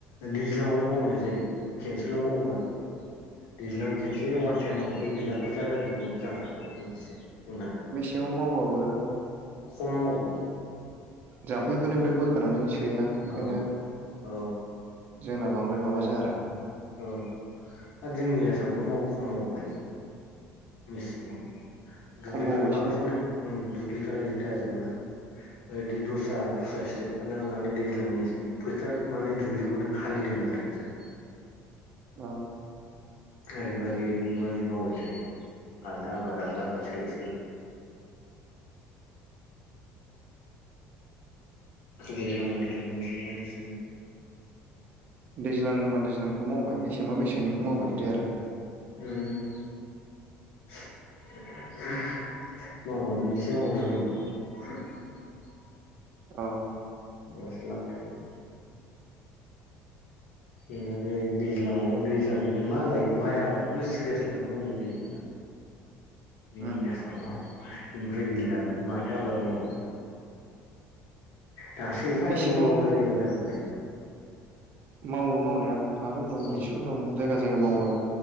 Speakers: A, on the left (about 80°); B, on the right (about 45°).
A: दैज्लाङावल' मावनाय जायो। खेनसेल' मावो आरो। दैज्लांव खेनसे अवान टाइम बावबाय गैला फोथारा ओरैनो दबद जानानानै थाबाय बिदिसो। जोंना
B: मेसेङाव मावबाबो
A: खम मावो
B: जाम्फैफोरनिफ्राय
A: औ
B: बोखोनानै सो योना ओंखायनो
A: औ औ
B: जोंना बांद्राय माबा जाया आरो
A: औ आरो जोंनि आसामाव खम मावखायोलै। मेसेंङाव दुब्लिफ्रानो
B: खम मावो एसे
A: बांसिनानो
B: औ
A: दुब्लिफ्रानो ओरैनो थाजोबो ना? ओ दै दस्रा दस्रा स्टेट फोरना माने दैज्लां मसिं फोथार माने दुब्लिखौनो खालि दोना आरो बिसोर
B: औ।
A: ओरैबा ओरै ओरै ओरै मावबाय थायो आलदा आबाद आलदा आबाद सोलाय सोलाय। दैज्लांबा दैज्लां मेसेंबा मेसें
B: दैज्लां बा दैज्लांनिखौ मावबाय मेसेंबा मेसेंनिखौ मावबाय बिदि आरो
A: उम <unintelligible>
B: औ।
A: होमबासो लाब थायो जोंना बे दैज्लाङाव दैज्लांनिफ्राय मा गायो माइ आबादखौल' सिरियास लानानै मावनाय जायो जोंना। जोंनि
B: उम
A: आसामाव फ्राय गैलाबो माथो आबाद मावो। दासो एफा
B: मेसेङाव
A: नै अबेबा जायगायाव जाहांबाय
B: मावो मावनाया फाथो दं
A: औ
B: बेसर दं। जायगा जायगा मावो
A: औ
B: आरो